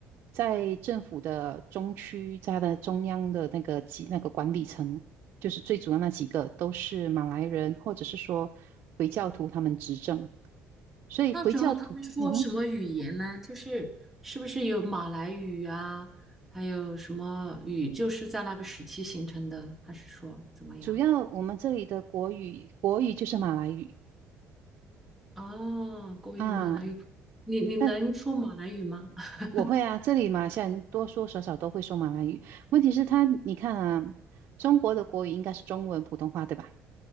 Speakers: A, on the right; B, in the centre.
A: 在政府的中区，在它的中央的那个级那个管理层，就是最主要那几个都是马来人，或者是说回教徒他们执政，所以回教徒，
B: 那时候他们说什么语言呢？
A: 嗯哼，
B: 就是是不是有马来语啊，还有什么语，就是在那个时期形成的，还是说怎么样？
A: 主要我们这里的国语，国语就是马来语。
B: 哦，国语、
A: 啊，
B: 马来语，你你能说马来语吗？
A: 但
B: <laughs>
A: 我会啊，这里马来西亚人多多少少都会说马来语。问题是他，你看啊，中国的国语应该是中文、普通话，对吧？